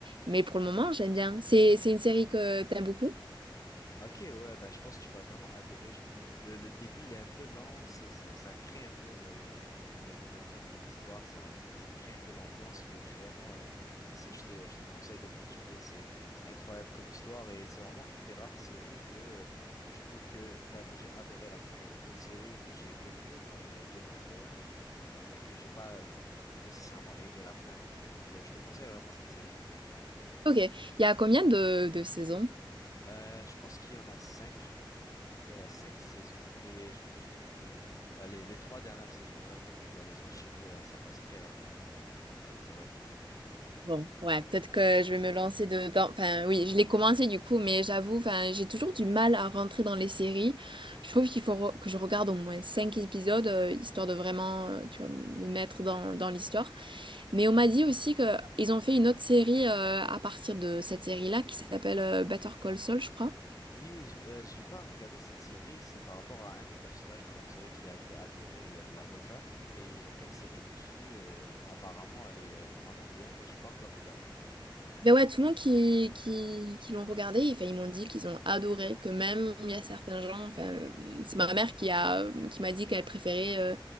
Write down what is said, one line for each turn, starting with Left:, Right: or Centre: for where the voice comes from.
Right: Mais pour le moment, j'aime bien. C'est, c'est une série que t'aimes beaucoup.
Left: Ok, ouais, bah, je pense que tu vas vraiment adorer. Je pense... le, le début, il est un peu lent, c'est, ça, ça crée un peu le, le momentum de l'histoire, ça, ça, ça crée un peu l'ambiance, mais vraiment, euh, c'est- je te, je te conseille de continuer. C'est, c'est incroyable comme histoire et c'est vraiment une des rares séries que, que je trouve que bah, bah, j'ai adoré la fin. Il y a beaucoup de séries que j'ai aimées, comme euh, Game of Thrones, mais euh, que j'ai pas nécessairement aimé la fin. Donc, euh, je te conseille vraiment cette série.
Right: Ok. Il y a combien de, de saisons?
Left: Euh, je pense qu'il y en a cinq. Ouais, il y a cinq saisons et je pense que tu, ah, les, les trois dernières saisons, vraiment, tu vas les enchaîner, là, ça passe très rapidement, euh, ça, ça va vite.
Right: Bon, ouais, peut-être que je vais me lancer dedans. Enfin, oui, je l'ai commencé du coup, mais j'avoue, enfin, j'ai toujours du mal à rentrer dans les séries. Je trouve qu'il faut re- que je regarde au moins cinq épisodes, euh, histoire de vraiment, euh, tu vois, me mettre dans, dans l'histoire. Mais on m'a dit aussi que ils ont fait une autre série euh, à partir de cette série-là qui s'appelle euh, Better Call Saul, je crois.
Left: Oui, je, euh, j'ai pas regardé cette série, c'est par rapport à un des personnages dans la série qui a été adoré, le- l'avocat, et ils ont fait une série dessus, euh, apparemment, elle est, elle est vraiment bien, mais j'ai pas encore regardé.
Right: Ben ouais, tout le monde qui, qui, qui l'ont regardé, enfin, ils m'ont dit qu'ils ont adoré, que même il y a certains gens, enfin, euh, c'est ma mère qui a, qui m'a dit qu'elle préférait euh,